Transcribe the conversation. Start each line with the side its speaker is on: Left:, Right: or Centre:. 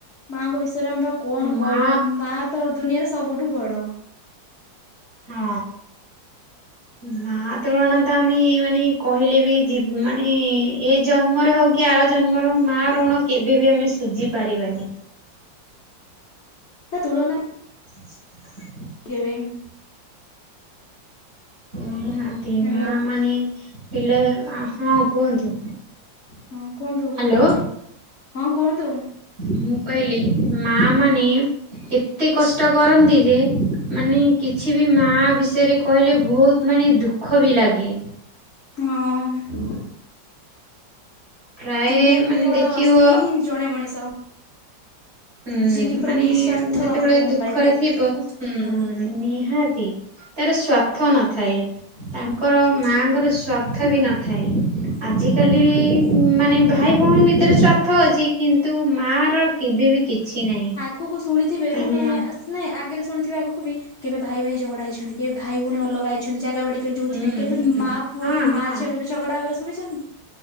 Left: ମାଆଙ୍କ ବିଷୟରେ ଆମେ ବା କଣ କହିବା।
Right: ମା
Left: ମା ତ ଦୁନିଆରେ ସବୁଠୁ ବଡ।
Right: ହଁ। ମା ତ ତ ଆମେ ମାନେ କହିଲେ ବି ଯି ମାନେ ଏ ଜନ୍ମରେ ହଉ କି ଆର ଜନ୍ମରେ ହଉ ମା ଋଣ କେବେ ବି ଆମେ ସୁଝି ପାରିବାନି।
Left: ତା ତୁଳନା
Right: <unintelligible>
Left: ଗିଭିଂ
Right: ନିହାତି
Left: ହ୍ୟାଲୋ
Right: ମା ମାନେ ପିଲା ଆ ହଁ କୁହନ୍ତୁ,
Left: ହଁ କୁହନ୍ତୁ,
Right: ହ୍ୟାଲୋ
Left: କୁହନ୍ତୁ, ଆଣ୍ଟି। ହଁ କୁହନ୍ତୁ,
Right: ମୁଁ କହିଲି ମା ମାନେ
Left: ହଁ
Right: ଏତେ କଷ୍ଟ କରନ୍ତି ଯେ ମାନେ କିଛି ବି ମା ବିଷୟରେ କହିଲେ ବହୁତ ମାନେ ଦୁଃଖ ବି ଲାଗେ
Left: ହ ମ
Right: ପ୍ରାୟ
Left: ଦୁନିଆରେ କେବଳ
Right: ମାନେ ଦେଖିବ
Left: ସେ ହିଁ ଜଣେ ମଣିଷ
Right: ହୁଁ
Left: ଯିଏ କି
Right: ମାନେ
Left: ପୁରା ନିଃସ୍ୱାର୍ଥ
Right: ଯେତେବେଳେ
Left: ଭାବରେ ଭଲ
Right: ଦୁଃଖରେ
Left: ପାଇଥାଏ।
Right: ଥିବ ହ ନିହାତି
Left: ହଁ
Right: ତାର ସ୍ଵାର୍ଥ ନଥାଏ। ତାଙ୍କର ମାଙ୍କ ର ସ୍ୱାର୍ଥ ବି ନଥାଏ। ଆଜିକାଲି ମାନେ ଭାଇ, ଭଉଣୀ ଭିତରେ ସ୍ୱାର୍ଥ ଅଛି କିନ୍ତୁ କିନ୍ତୁ ମା ର କେବେ ବି କିଛି ନାହିଁ।
Left: କୁ କୁ ଶୁଣିଥିବେ
Right: ତା
Left: ମାନେ
Right: ମା
Left: ଆ ସ୍ ନାଇଁ ଆଗରେ ଶୁଣିଥିବେ ଆଗକୁ ବି କେବେ ଭାଇ, ଭାଇ ଝଗଡା ହେଇଛନ୍ତି। କେବେ ଭାଇ, ଭଉଣୀ ଅଲଗା ହେଇଛନ୍ତି। ଜାଗା ବାଡି ଯୋଉଥିପାଇଁ
Right: ହୁଁ ହୁଁ।
Left: କେବେ ମା ପୁଅ
Right: ହଁ
Left: କି
Right: ହଁ
Left: ମା ଝିଅ କେବେ ଝଗଡା ହବାର ଶୁଣିଛନ୍ତି?